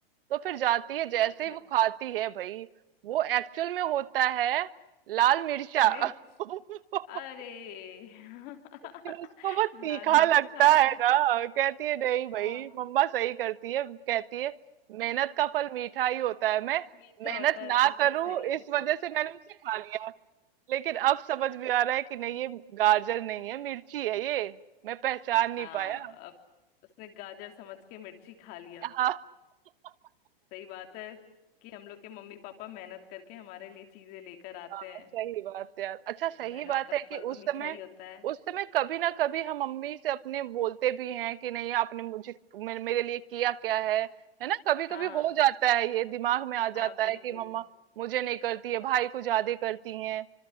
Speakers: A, on the right; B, on the left.
A: तो फिर जाती है जैसे
B: अच्छा
A: ही वो खाती है भाई वो एक्चुअल में होता है लाल मिर्चा
B: मिर्च
A: <laughs>
B: अरे <laughs>
A: फिर उसको वो तीखा
B: लाल मिर्च
A: लगता
B: खा लिया
A: है ना कहती है नहीं भाई
B: हाँ
A: मम्मा सही करती है कहती है मेहनत का फल मीठा ही होता है मैं
B: मीठा
A: मेहनत
B: होता
A: ना
B: है बिल्कुल
A: करूं
B: सही है
A: इस वजह से मैंने उसे खा लिया लेकिन अब समझ में आ रहा है कि नहीं ये गाजर नहीं है मिर्ची है ये मैं पहचान नहीं
B: हाँ
A: पाया
B: अब उसने गाजर समझ के मिर्ची खा लिया
A: हाँ <laughs>
B: सही बात है कि हम लोग के मम्मी पापा मेहनत करके हमारे लिए चीजें लेकर आते
A: हाँ
B: हैं
A: सही बात है यार अच्छा सही
B: तो मेहनत
A: बात
B: का
A: है कि
B: फल तो
A: उस
B: मीठा
A: समय
B: ही होता है
A: उस समय कभी ना कभी हम मम्मी से अपने बोलते भी हैं कि नहीं आपने मुझे मेरे, मेरे लिए किया क्या है है ना कभी कभी
B: हाँ
A: हो जाता है ये दिमाग में आ
B: हाँ
A: जाता
B: बिल्कुल
A: है कि मम्मा मुझे नहीं करती है भाई को ज्यादा करती हैं